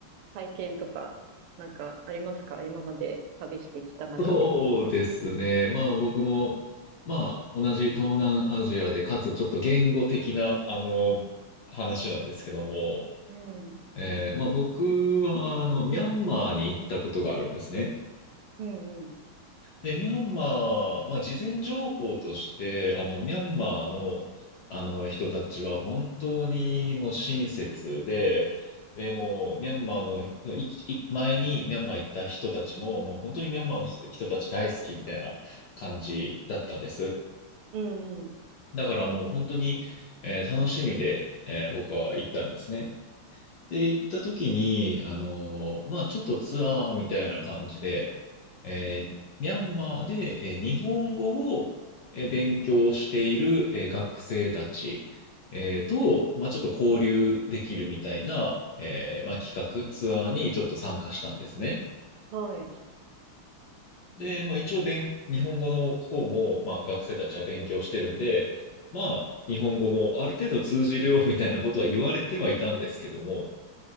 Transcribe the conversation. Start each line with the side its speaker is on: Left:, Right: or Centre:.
Right: 体験とか、なんかありますか今まで旅してきた中で。
Left: そうですね。まあ僕も、まあ同じ東南アジアで、かつちょっと言語的な、あの、話なんですけども、
Right: うん。
Left: えーまあ僕は、あの、ミャンマーに行ったことがあるんですね。
Right: うんうん。
Left: で、ミャンマー、まあ、事前情報として、あの、ミャンマーの、あの人たちは本当にもう親切で、で、もう、ミャンマーの、いい前にミャンマー行った人たちも、もう本当にミャンマーの人たち大好きみたいな感じだったんです。
Right: うんうん。
Left: だからもう本当に、えー楽しみで、えー僕は行ったんですね。で、行った時に、あのーまあ、ちょっとツアーみたいな感じで、えーミャンマーで、えー日本語を、えー勉強している、えー学生たち、えーと、まあ、ちょっと交流できるみたいな、えーまあ、企画、ツアーにちょっと参加したんですね。
Right: はい。
Left: で、まあ、一応勉、日本語の方も、まあ、学生たちは勉強してるんで、まあ、日本語もある程度通じるよみたいなことは言われてはいたんですけども、